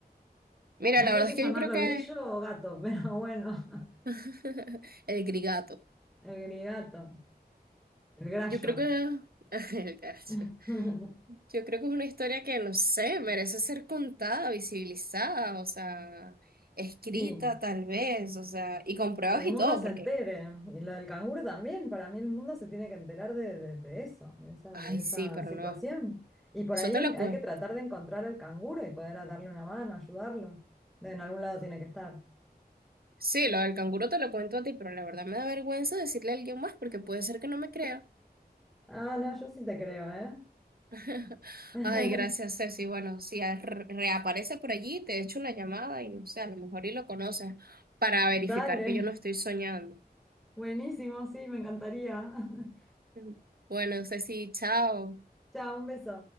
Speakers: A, on the right; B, in the centre.
A: Mira,
B: No
A: la verdad
B: sé si
A: es que
B: llamarlo
A: yo creo que
B: grillo o gato, pero bueno, <laughs>
A: <laughs> el grigato.
B: el grigato, el grallo.
A: Yo creo que <laughs> el gato.
B: <laughs>
A: Yo creo que es una historia que, no sé, merece ser contada, visibilizada, o sea, escrita
B: Sí,
A: tal vez, o sea, y con pruebas
B: que el
A: y
B: mundo
A: todo,
B: se
A: porque,
B: entere. Y lo del canguro también, para mí el mundo se tiene que enterar de, de- de eso, de esa,
A: ay,
B: de esa
A: sí, pero
B: situación.
A: no,
B: Y por
A: eso
B: ahí
A: te
B: en-
A: lo
B: hay
A: cuento.
B: que tratar de encontrar al canguro y poder darle una mano, ayudarlo. De en algún lado tiene que estar.
A: Sí, lo del canguro te lo cuento a ti, pero la verdad me da vergüenza decirle a alguien más porque puede ser que no me crea.
B: Ah, no, yo sí te creo, ¿eh?
A: <laughs>
B: <laughs>
A: Ay, gracias, Ceci. Bueno, si a- re- reaparece por allí, te echo una llamada y no sé, a lo mejor y lo conoces para verificar
B: Dale.
A: que yo no estoy soñando.
B: Buenísimo, sí, me encantaría. <laughs>
A: <laughs> Bueno, Ceci, chao.
B: Chao, un beso.